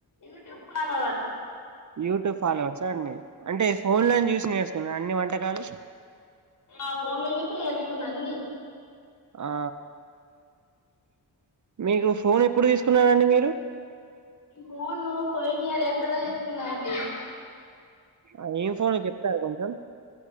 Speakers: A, on the left; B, on the right.
A: యూట్యూబ్ ఫాలోవర్
B: యూట్యూబ్ ఫాలోవర్సా అండి అంటే ఫోన్లనే చూసి నేర్సుకున్నర అన్ని వం టకాలు.
A: ఆ ఫోన్లో చూసి నేర్చుకున్నా అన్నీ
B: ఆ మీకు ఫోన్ ఎప్పుడు తీసుకున్నరండి మీరు.
A: ఈ ఫోను పోయిన ఇయర్ ఏప్రిల్లా తీసుకున్నాండి.
B: ఆ ఏంఫోనో చెప్తారా కొంచెం.